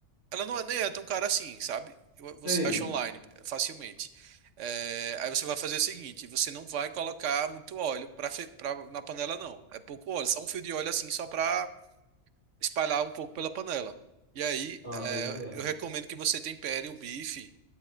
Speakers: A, on the right; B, on the left.
A: Ela não é nem é tão cara assim, sabe? Eu- Você
B: sei.
A: acha online facilmente. É, aí você vai fazer o seguinte, você não vai colocar muito óleo pra, fe- pra- na panela, não. É pouco óleo, só um fio de óleo assim, só pra espalhar um pouco pela panela. E aí,
B: Ah,
A: é,
B: tô entendendo.
A: eu recomendo que você tempere o bife